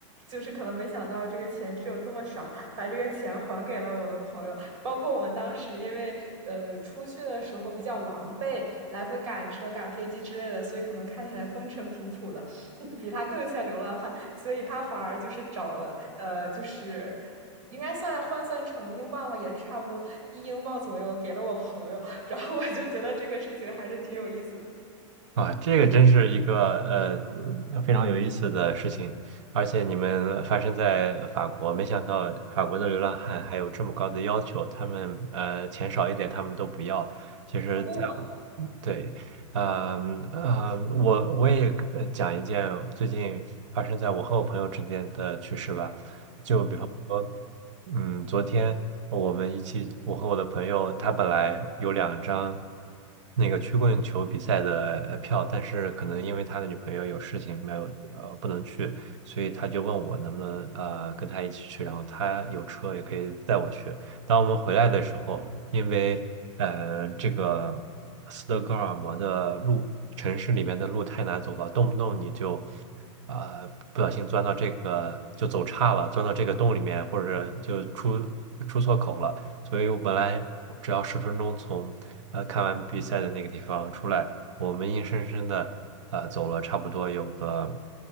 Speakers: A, on the right; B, on the right.
A: 就是可能没想到这个钱只有这么少，把这个钱还给了我的朋友。包括我们当时因为呃出去的时候比较狼狈，来回赶车、赶飞机之类的，所以可能看起来风尘仆仆的，<laughs> 比他更像流浪汉，所以他反而就是找了呃就是应该算换算成英镑的话，也是差不多一英镑左右给了我朋友，然后我就觉得这个事情还是挺有意思的。
B: 啊，这个真是一个呃非常有意思的事情，而且你们发生在法国，没想到法国的流浪汉还有这么高的要求，他们呃钱少一点他们都不要。其实在，
A: 可不嘛！
B: 对，呃呃，我我也呃讲一件最近发生在我和我朋友之间的趣事吧，就比方说。嗯，昨天我们一起，我和我的朋友，他本来有两张那个曲棍球比赛的呃票，但是可能因为他的女朋友有事情没有呃不能去，所以他就问我能不能呃跟他一起去，然后他有车也可以带我去，当我们回来的时候，因为呃，这个斯德哥尔摩的路，城市里面的路太难走了，动不动你就啊、不小心钻到这个就走岔了，钻到这个洞里面，或者就出出错口了。所以我本来我只要十分钟从呃看完比赛的那个地方出来，我们硬生生的呃走了差不多有个